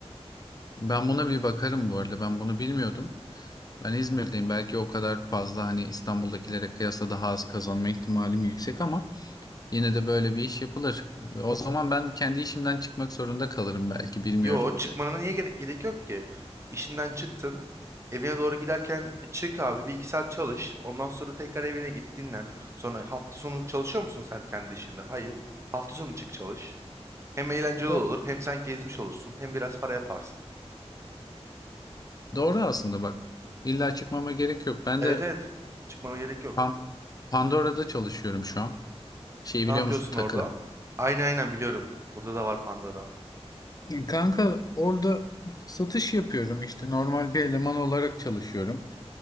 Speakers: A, on the left (about 35°); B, on the right (about 25°).
A: ben buna bir bakarım bu arada. Ben bunu bilmiyordum. Ben İzmir'deyim. Belki o kadar fazla hani İstanbul'dakilere kıyasla daha az kazanma ihtimalim yüksek ama yine de böyle bir iş yapılır. O zaman ben kendi işimden çıkmak zorunda kalırım belki bilmiyorum.
B: Yo çıkmanına niye gere- gerek yok ki? İşinden çıktın. Evine doğru giderken "E, çık abi bir iki saat çalış. Ondan sonra tekrar evine git dinlen. Sonra hafta sonu çalışıyor musun sen kendi işinde? Hayır. Hafta sonu çık çalış. Hem eğlenceli olur
A: Doğru.
B: hem sen gezmiş olursun hem biraz para yaparsın.
A: Doğru aslında bak. İlla çıkmama gerek yok. Ben
B: Evet
A: de
B: evet çıkmana gerek yok.
A: Pan- Pandora'da çalışıyorum şu an. Şeyi biliyor
B: Ne yapıyorsun
A: musun? Takı.
B: orada? Aynen aynen biliyorum. Burada da var Pandora.
A: Kanka orada satış yapıyorum işte normal bir eleman olarak çalışıyorum.